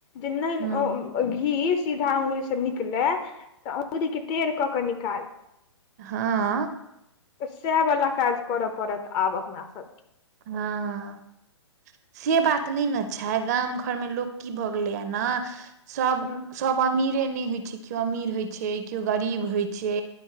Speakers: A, on the left (about 25°); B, on the right (about 35°).
A: जे नहि
B: हँ
A: ओ घी सीधा अंगुरी से निकले तऽ अंगुरी के टेढ़ क के निकालि
B: हँ
A: सहाँ वला काज करय पड़त आब अपना सबके
B: हँ से बात नहि ने छै गाम घरमे लोक की भऽ गेलैए ने सभ
A: हँ
B: सभ अमीरे नहि होइ छै केओ अमीर होइ छै केओ गरीब होइ छै